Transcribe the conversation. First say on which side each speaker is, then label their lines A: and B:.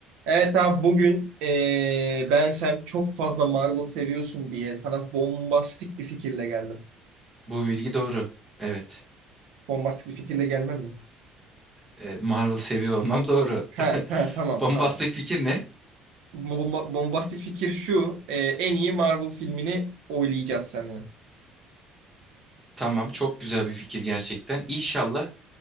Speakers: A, on the right (about 70°); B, in the centre.
A: Evet abi bugün eee, ben sen çok fazla Marvel seviyorsun diye sana bombastik bir fikirle geldim.
B: Bu bilgi doğru. Evet.
A: Bombastik bir fikirle gelmem mi?
B: E, Marvel seviyor olmam doğru.
A: Ha,
B: <laughs>
A: ha tamam
B: Bombastik
A: tamam.
B: fikir ne?
A: Bomba- bombastik fikir şu. eee, en iyi Marvel filmini oylayacağız seninle.
B: Tamam, çok güzel bir fikir gerçekten. İnşallah